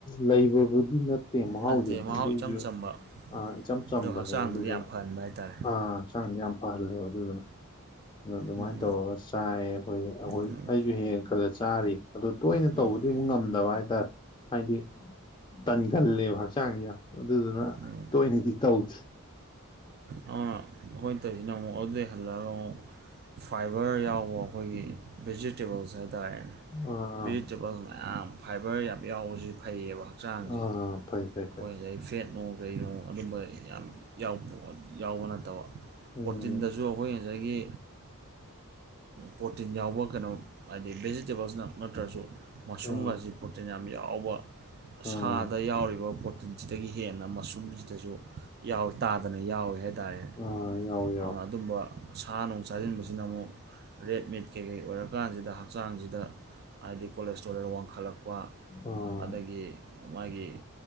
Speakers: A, on the left; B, on the right.
A: ꯂꯩꯕꯕꯨꯗꯤ ꯅꯠ ꯇꯦ ꯃꯍꯥꯎꯖꯨ
B: ꯅꯠꯇꯦ ꯃꯍꯥꯎ
A: ꯑꯗꯨꯏꯁꯨ
B: ꯏꯆꯝ ꯆꯝꯕ
A: ꯑꯥ ꯏꯆꯝ ꯆꯝꯕꯅꯦ
B: ꯑꯗꯣ ꯍꯛꯆꯥꯡꯗꯗꯤ
A: ꯑꯗꯨꯒ
B: ꯌꯥꯝ ꯐꯍꯟꯕ ꯍꯥꯏꯇꯥꯔꯦ
A: ꯑ ꯍꯛꯆꯥꯡꯁꯦ ꯌꯥꯝ ꯐꯍꯜꯂꯦꯕ ꯑꯗꯨꯗꯨꯅ ꯑ ꯑꯗꯨꯃꯥꯏꯅ
B: ꯎꯝ
A: ꯇꯧꯔꯒ ꯆꯥꯏꯑ ꯑꯩꯈꯣꯏ ꯑꯩꯈꯣꯏ
B: ꯎꯝ
A: ꯑꯩꯁꯨ ꯍꯦꯛ ꯍ‌ꯦꯛ ꯈꯒꯔꯥ ꯆꯥꯔꯤ ꯑꯗꯨ ꯇꯣꯏꯅ
B: ꯎꯝ
A: ꯇꯧꯕꯗꯤ ꯑꯃꯨꯛ ꯉꯝꯗꯕ ꯍꯥꯏꯇꯥꯔꯦ ꯍꯥꯏꯗꯤ ꯇꯟꯒꯜꯂꯦꯕ ꯍꯛꯆꯥꯡꯁ‌ꯦ ꯌꯥꯝ ꯑꯗꯨꯗꯨꯅ
B: ꯎꯝ ꯎꯝ
A: ꯇꯣꯏꯅꯗꯤ ꯇꯧꯗ‌ꯦ
B: ꯑꯗꯨꯅ ꯑꯩꯈꯣꯏꯅ ꯇꯧꯁꯤꯅ ꯑꯃꯨꯛ ꯑꯗꯨꯗꯩ ꯍꯜꯂꯑꯒ ꯑꯃꯨꯛ ꯐꯥꯏꯕꯔ ꯌꯥꯎꯕ ꯑꯩꯈꯣꯏꯒꯤ ꯚꯦꯖꯤꯇꯦꯕꯜꯁ ꯍꯥꯏꯇꯥꯔꯦꯅꯦ
A: ꯑꯥ ꯑꯥ
B: ꯚꯤꯖꯤꯇꯦꯕꯜ ꯃꯌꯥꯝ ꯐꯥꯏꯕꯔ ꯌꯥꯝ ꯌꯥꯎꯕꯁꯤ ꯐꯩꯌꯦꯕ ꯍꯛꯆꯥꯡꯁꯦ
A: ꯑꯥ
B: ꯑꯩꯈꯣꯏ
A: ꯐꯩ ꯐꯩ ꯐꯩ
B: ꯉꯁꯥꯏ ꯐꯦꯠ ꯅꯨꯡ ꯀꯩꯅꯣ ꯑꯗꯨꯝꯕ ꯌꯥꯝ ꯌꯥꯎꯕ ꯅꯠꯇꯕ
A: ꯎꯝ
B: ꯄꯣꯔꯇꯤꯟꯗꯁꯨ ꯗꯣ ꯑꯩꯈꯣꯏ ꯉꯁꯥꯏꯒꯤ ꯄ꯭ꯔꯣꯇꯤꯟ ꯌꯥꯎꯕ ꯀꯩꯅꯣ ꯍꯥꯏꯗꯤ ꯚꯦꯖꯤꯇꯦꯕꯜꯁꯅ ꯅꯠꯇ꯭ꯔꯁꯨ ꯃꯁꯔꯨꯝꯒꯁꯤ
A: ꯑꯥ
B: ꯄ꯭ꯔꯣꯇꯤꯟ ꯌꯥꯝ ꯌꯥꯎꯕ ꯁꯥꯗ
A: ꯑꯥ
B: ꯌꯥꯎꯔꯤꯕ ꯑꯗꯨꯒ ꯄ꯭ꯔꯣꯇꯤꯟꯁꯤꯗꯒꯤ ꯍꯦꯟꯅ ꯃꯁꯨꯝꯁꯤꯗꯁꯨ ꯌꯥꯎꯋ ꯇꯥꯗꯅ ꯌꯥꯎꯋꯦ ꯍꯥꯏꯇꯥꯔꯦꯅꯦ
A: ꯑꯥ ꯌꯥꯎꯋꯦ ꯌꯥꯎꯋꯦ
B: ꯑꯗꯨꯅ ꯑꯗꯨꯝꯕ ꯁꯥ ꯅꯨꯡ ꯆꯥꯁꯤꯟꯕꯁꯤꯅ ꯑꯃꯨꯛ ꯔꯦꯗꯃꯤꯠ ꯀꯩꯀꯩ ꯑꯣꯏꯔꯀꯥꯟꯁꯤꯗ ꯍꯛꯆꯥꯡꯁꯤꯗ ꯍꯥꯏꯗꯤ ꯀꯣꯂꯦꯁꯇꯣꯔꯦꯜ ꯋꯥꯡꯈꯠꯂꯛꯄ
A: ꯑꯥ
B: ꯑꯗꯒꯤ ꯃꯥꯒꯤ